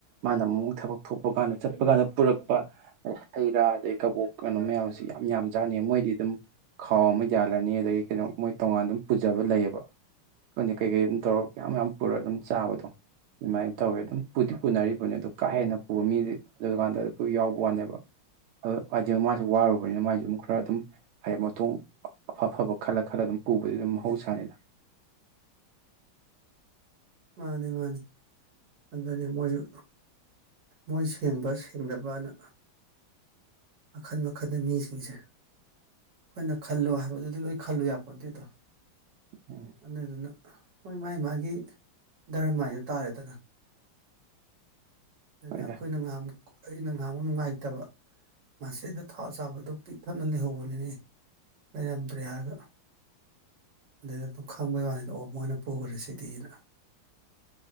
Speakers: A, on the right; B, on the right.
A: ꯃꯥꯅ ꯃꯨꯛ ꯊꯕꯛ ꯊꯣꯛꯄ ꯀꯥꯟꯗ ꯆꯠꯄ ꯀꯥꯟꯗ ꯄꯨꯔꯛꯄ ꯍꯩꯔꯥ ꯑꯗꯩ ꯀꯕꯣꯛ ꯀꯩꯅꯣ ꯃꯌꯥꯝꯁꯤ ꯌꯥꯝ ꯌꯥꯝꯖꯥꯠꯅꯤ ꯃꯣꯏꯗꯤ ꯑꯗꯨꯝ ꯈꯥꯎ ꯑꯃ ꯌꯥꯜꯂꯅꯤ ꯑꯗꯒꯤ ꯀꯩꯅꯣ ꯃꯣꯏ ꯇꯣꯉꯥꯟ ꯑꯗꯨꯝ ꯄꯨꯖꯕ ꯂꯩꯌꯦꯕ ꯈꯪꯗꯦ ꯀꯩꯀꯩ ꯑꯗꯨꯝ ꯇꯧꯔꯒ ꯌꯥꯝ ꯌꯥꯝ ꯄꯨꯔꯒ ꯑꯗꯨꯝ ꯆꯥꯕꯗꯣ ꯑꯗꯨꯃꯥꯏꯅ ꯇꯧꯋꯦ ꯑꯗꯨꯝ ꯄꯨꯗꯤ ꯄꯨꯅꯔꯤꯕꯣꯅꯦ ꯑꯗꯨ ꯀꯥ ꯍꯦꯟꯅ ꯄꯨꯕ ꯃꯤꯗꯤ ꯑꯗꯨ ꯀꯥꯟꯗ ꯑꯗꯨ ꯄꯨ ꯌꯥꯎꯕ ꯋꯥꯅꯦꯕ ꯑ ꯍꯥꯏꯗꯤ ꯃꯥꯁꯨ ꯋꯥꯔꯨꯕꯅꯤꯅ ꯃꯥꯏꯁꯨ ꯃꯨꯛ ꯈꯔ ꯑꯗꯨꯝ ꯍꯥꯏꯔꯞ ꯃꯇꯣꯡ ꯑꯐ ꯑꯐꯕ ꯈꯜꯂ ꯈꯜꯂ ꯑꯗꯨꯝ ꯄꯨꯕꯗꯤ ꯑꯗꯨꯝ ꯃꯍꯧꯁꯥꯅꯤꯗ
B: ꯃꯥꯅꯤ ꯃꯥꯅꯤ ꯑꯗꯨꯗꯅꯦ ꯃꯣꯏꯁꯨ ꯃꯣꯏ ꯁꯦꯡꯕ ꯁꯦꯡꯗꯕꯅ ꯃꯈꯟ ꯃꯈꯟꯅꯦ ꯃꯤꯁꯤꯡꯁꯦ ꯑꯩꯈꯣꯏꯅ ꯈꯜꯂꯨ ꯍꯥꯏꯕꯗꯨꯗꯤ ꯂꯣꯏ ꯈꯜꯂꯨ ꯌꯥꯄꯣꯟꯇꯦꯗꯣ
A: ꯎꯝ
B: ꯑꯗꯨꯗꯨꯅ ꯍꯣꯏ ꯃꯥꯥꯏ ꯃꯥꯒꯤ ꯗ꯭ꯔꯥꯃ ꯍꯥꯏꯗꯣ ꯇꯥꯔꯦꯗꯅ ꯑꯗꯨꯅꯦ
A: ꯍꯣꯏꯗ
B: ꯑꯩꯈꯣꯏꯅ ꯉꯥꯃꯨꯛ ꯑꯩꯅ ꯉꯥꯍꯃꯨꯛ ꯃꯨꯛ ꯅꯨꯡꯉꯥꯏꯇꯕ ꯃꯁꯤꯗ ꯊꯥꯎ ꯆꯥꯕꯗꯣ ꯄꯤꯛꯊꯅ ꯂꯩꯍꯧꯕꯅꯤꯅꯦ ꯂꯩꯔꯝꯗ꯭ꯔꯦ ꯍꯥꯏꯒ ꯑꯗꯨꯗ ꯗꯨꯝ ꯈꯪꯕꯩ ꯋꯥꯅꯤꯗ ꯑꯣ ꯃꯣꯏꯅ ꯄꯨꯈ꯭ꯔꯦ ꯁꯤꯗꯤꯅ